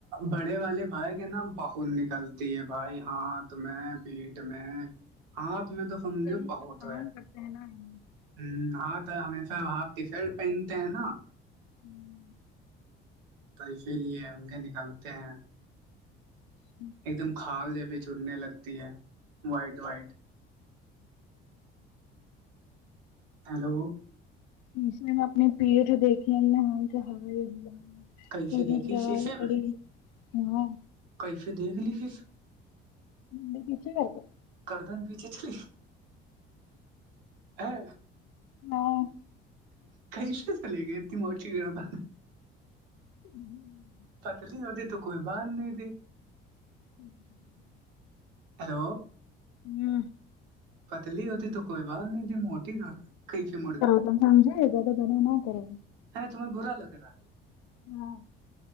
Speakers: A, on the right (about 75°); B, on the left (about 70°).
A: بڑے والے بھائی کے نا بہت نکلتی ہے بھائی ہاتھ میں پیٹھ میں ہاتھ میں تو سمجھو
B: گرمی
A: بہت
B: میں
A: ہے
B: <unintelligible>
A: ہوں ہاں تو ہمیشہ ہاف ٹی شرٹ پہنتے ہیں نا
B: ہوں
A: تو اسی لیے ان کے نکلتے ہیں
B: ہوں
A: ایک دم کھال یہ بھی چھوٹنے لگتی ہے وائٹ وائٹ ہیلو
B: اسے نے اپنی پیٹ دیکھی ہیں <unintelligible>
A: کیسے
B: پوری
A: دیکھی
B: لال
A: شیشے
B: پڑی
A: میں
B: ہاں
A: کیسے دیکھ لی پھر
B: مونڈی پیچھے کرکے
A: گردن پیچھے چلی ہے
B: نہیں
A: کیسا چلے گئے اتنی موتی گردن
B: <unintelligible>
A: پتلی ہوتی تو کوئی بات نہیں تھی
B: <unintelligible>
A: ہیلو
B: ہوں
A: پتلی ہوتی تو کوئی بات نہیں تھی موٹی کیسے موڑی
B: سمجھایا جائے زیادہ ضد نا کرے
A: ہاں تمہیں برا لگ رہا
B: ہاں